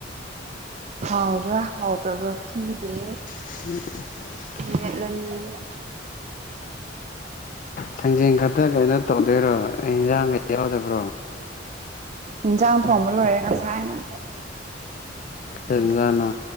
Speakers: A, on the right; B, on the left.
A: ꯍꯥꯎꯕ꯭ꯔꯥ ꯍꯥꯎꯗꯕ꯭ꯔꯥ ꯈꯪꯗꯦ
B: ꯎꯝ
A: ꯌꯦꯠ ꯂꯩꯅꯤ
B: ꯊꯥꯡꯖꯦꯟ ꯈꯛꯇ ꯀꯩꯅꯣ ꯇꯧꯗꯣꯏꯔꯣ ꯑꯩ ꯏꯟꯖꯥꯡꯒꯩ ꯌꯥꯎꯗꯕ꯭ꯔꯣ
A: ꯏꯟꯁꯥꯡ ꯊꯣꯡꯕ ꯂꯣꯏꯔꯦ ꯉꯁꯥꯏ ꯍꯥꯏꯅ
B: ꯇꯂꯦꯡꯒꯥꯅꯥ